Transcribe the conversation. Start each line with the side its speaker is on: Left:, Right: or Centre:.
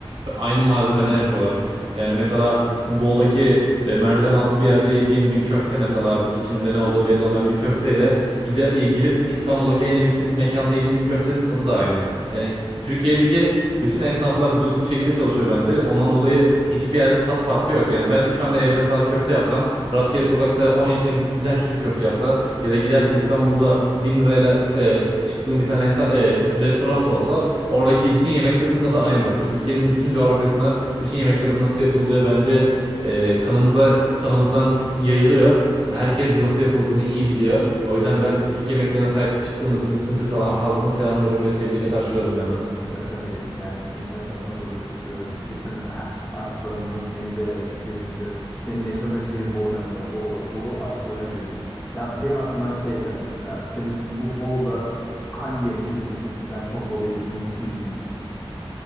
Right: aynı malzemeden yapıyorlar. Yani mesela Bol'daki e, merdiven altı bir yerde yediğim bir köfte mesela içinde ne olduğu belli olmayan bir köfteyle gide, e, gidip İstanbul'daki en lüks mekanda yediğin köftenin tadı da aynı. Yani Türkiye'deki bütün esnaflar dürüst bir şekilde çalışıyor bence. Ondan dolayı hiçbir yerde tat farkı yok. Yani ben şu anda evde mesela köfte yapsam, rastgele sokakta 10 yaşındaki bir tane çocuk köfte yapsa ya da gidersin İstanbul'da 1000 lirayla e, çıktığın bir tane hesa- e, restoran olsa Oradaki bütün yemeklerin tadı aynıdır. Türkiye'nin bütün coğrafyasına bütün yemeklerin nasıl yapılacağı bence e, kanımıza kanımızdan yayılıyor. Herkes nasıl yapıldığını iyi biliyor. O yüzden ben Türk yemeklerine sahip çıktığımız için bütün Türk hala- halkını selamlıyorum ve sevgiyle karşılıyorum yani.
Left: Ya tabii yani bizim esnafımız da dürüsttür. Bütün ha- aşçılarımızın eli de lezizdir. Senin yaşadığın şehir Bolu mesela. Bolu, Bolu aşçılarıyla ünlüdür. Ya benim aklıma şey geldi mesela. Senin bu Bolu'da hangi yemeğiniz meşhurdur? Ben çok Bolu'ya gitmediğim için bilmiyorum.